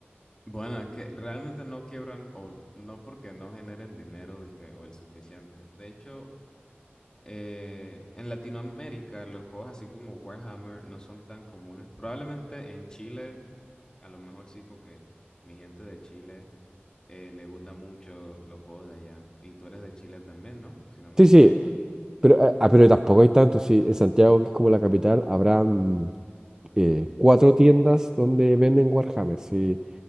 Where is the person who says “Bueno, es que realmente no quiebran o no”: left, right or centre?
Left